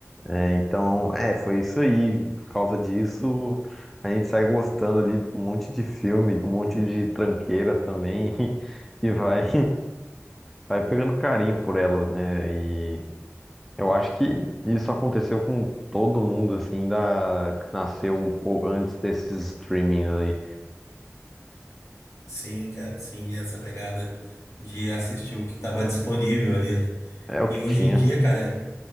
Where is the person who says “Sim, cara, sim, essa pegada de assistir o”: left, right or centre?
Left